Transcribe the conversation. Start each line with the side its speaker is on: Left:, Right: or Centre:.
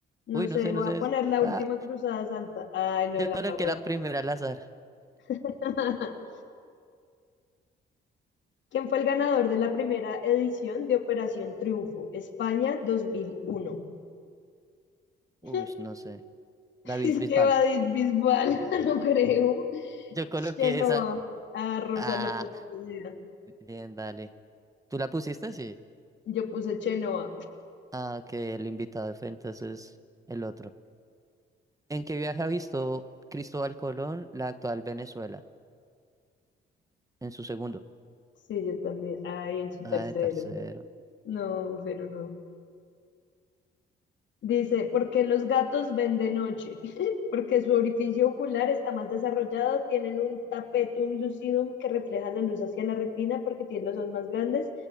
Left: No
Right: Uy,
Left: sé,
Right: no sé,
Left: voy
Right: no sé.
Left: a poner
Right: es-
Left: la
Right: Ah,
Left: última cruzada santa. Ay, no,
Right: yo
Left: la
Right: coloqué
Left: embarré.
Right: la primera al azar.
Left: <laughs> ¿Quién fue el ganador de la primera edición de Operación Triunfo, España 2001?
Right: Uy,
Left: <laughs>
Right: no sé. David
Left: Es
Right: Bisbal.
Left: que va de Bisbal, <laughs> no creo.
Right: Yo coloqué
Left: Chenoa.
Right: esa.
Left: Ah, Rosa
Right: Ah,
Left: López. Pineda.
Right: bien, dale. ¿Tú la pusiste? Sí.
Left: Yo puse Chenoa.
Right: Ah, que el invitado fue entonces el otro. ¿En qué viaje ha visto Cristóbal Colón la actual Venezuela? En su segundo.
Left: Sí, yo también. Ay, en su
Right: Ah,
Left: tercero.
Right: el tercero.
Left: No, pero no. Dice, ¿por qué los gatos ven de noche? <laughs> Porque su orificio ocular está más desarrollado, tienen un tapetum lucidum que refleja la luz hacia la retina porque tienen los ojos más grandes,